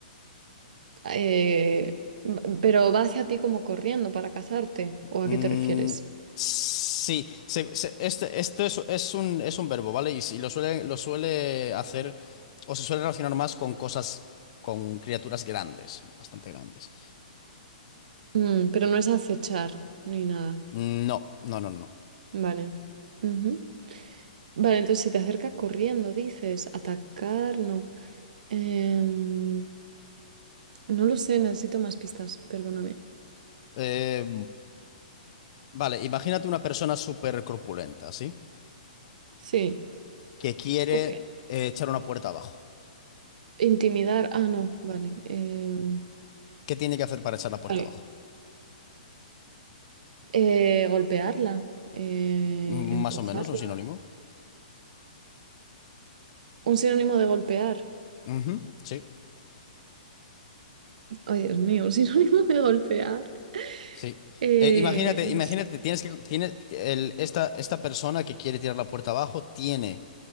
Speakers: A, on the right (about 65°); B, on the left (about 45°).
A: Eh, b- pero va hacia ti como corriendo para cazarte, ¿o a
B: Mm,
A: qué te refieres?
B: sí, se- se- este, esto es, es un, es un verbo, ¿vale? Y, si lo suele, lo suele hacer o se suele relacionar más con cosas, con criaturas grandes, bastante grandes.
A: Mm, pero no es acechar ni nada.
B: Mm, No, no, no, no, no.
A: Vale. Ujú. Vale, entonces si te acercas corriendo, dices, atacar, no. Em, no lo sé, necesito más pistas, perdóname.
B: Eh, vale, imagínate una persona súper corpulenta, ¿sí?
A: Sí,
B: Que quiere
A: Ok.
B: eh, echar una puerta abajo.
A: intimidar, ah, no, vale. Em,
B: ¿Qué tiene que hacer para echar la puerta
A: Vale.
B: abajo?
A: eh, golpearla, eh,
B: Mm,
A: empujarla.
B: Más o menos, un sinónimo.
A: Un sinónimo de golpear.
B: Ujú, sí.
A: Ay, Dios mío, un <laughs> sinónimo de golpear.
B: Sí.
A: Eh,
B: Eh, imagínate,
A: no
B: imagínate,
A: sé.
B: tienes que, tiene el, esta, esta persona que quiere tirar la puerta abajo tiene